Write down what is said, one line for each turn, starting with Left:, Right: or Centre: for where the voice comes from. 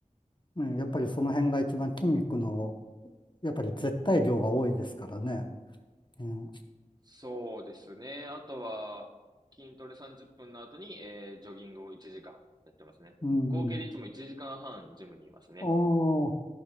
Left: ねやっぱりその辺が一番筋肉の、やっぱり絶対量が多いですからね。ね
Right: そうですね。あとは、筋トレ30分の後に、えー、ジョギングを1時間やってますね。
Left: うん。
Right: 合計でいつも1時間半ジムにいますね。
Left: ああ、